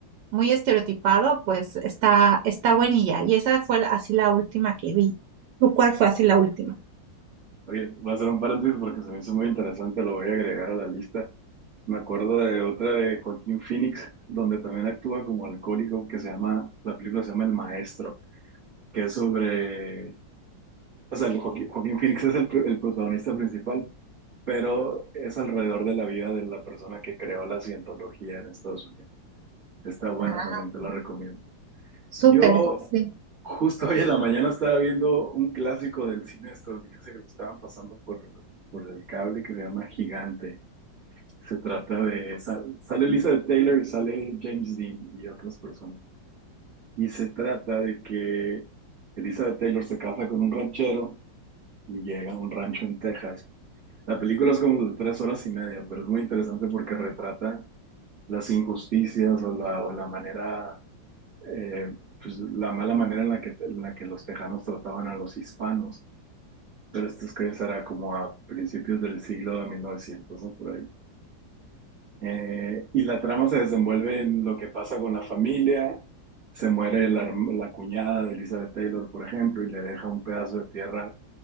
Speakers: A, on the right; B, on the right.
A: muy estereotipado, pues está, está buenilla. Y esa fue la- así la última que vi. ¿Tú cuál fue así la última?
B: Oye, voy a hacer un paréntesis porque se me hizo muy interesante, lo voy a agregar a la lista. Me acuerdo de otra de Joaquín Phoenix, donde también actúa como alcohólico, que se llama, la película se llama El Maestro, que es sobre, o sea, el Joaquín, Joaquín Phoenix es el, pr- el protagonista principal, pero es alrededor de la vida de la persona que creó la cientología en Estados Unidos. Está buena
A: Ah,
B: también, te la recomiendo.
A: súper,
B: Yo
A: sí.
B: justo hoy en la mañana estaba viendo un clásico del cine estadounidense que lo estaban pasando por, por el cable que se llama Gigante. Se trata de, sa- sale Elizabeth Taylor y sale James Dean y otras personas. Y se trata de que Elizabeth Taylor se casa con un ranchero y llega a un rancho en Texas La película es como de tres horas y media, pero es muy interesante porque retrata las injusticias o la, o la manera, eh, pues la mala manera en la que, en la que los tejanos trataban a los hispanos. Pero esto es que será como a principios del siglo de 1900, ¿no? Por ahí. Eh, y la trama se desenvuelve en lo que pasa con la familia. Se muere la, herm- la cuñada de Elizabeth Taylor, por ejemplo, y le deja un pedazo de tierra